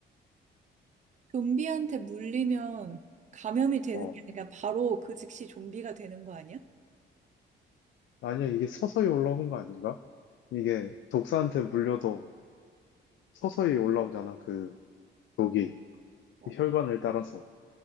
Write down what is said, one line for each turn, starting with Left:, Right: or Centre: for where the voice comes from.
Right: 좀비한테 물리면 감염이 되는
Left: 어.
Right: 게 아니라 바로 그 즉시 좀비가 되는 거 아니야?
Left: 아니야, 이게 서서히 올라오는 거 아닌가? 이게 독사한테 물려도 서서히 올라오잖아, 그 독이.
Right: 맞아.
Left: 그 혈관을 따라서.